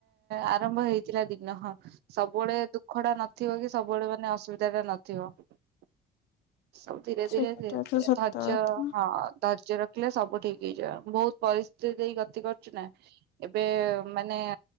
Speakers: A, on the right; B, on the left.
A: ଆରମ୍ଭ ହେଇଥିଲା ଦିନ ସବୁବେଳେ ଦୁଃଖ ଟା ନଥିବ କି ସବୁବେଳେ ମାନେ ଅସୁବିଧା ଟା ନଥିବ । ସବୁ ଧୀରେ
B: ସେଟା
A: ଧୀରେ ଧୀରେ ଧୀରେ
B: ତ ସତ
A: ଧର୍ଯ୍ୟ
B: କଥା
A: ହଁ ଧୈର୍ଯ୍ୟ ରଖିଲେ ସବୁ ଠିକ ହେଇଯିବ ବହୁତ ପରିସ୍ଥିତି ଦେଇ ଗତି କରି ନା ଏବେ ମାନେ